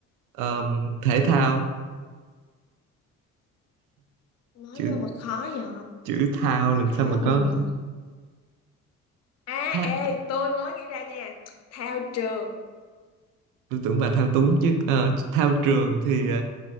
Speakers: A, on the right; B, on the left.
A: ờm, thể thao
B: Nói
A: chữ
B: vô mà khó vậy.
A: chữ thao làm
B: Thao
A: sao mà có
B: gì nhờ. À,
A: thao
B: ê, tôi mới nghĩ ra nha. Thao trường.
A: tôi tưởng bà thao túng chứ Ờ, thao trường thì ờ,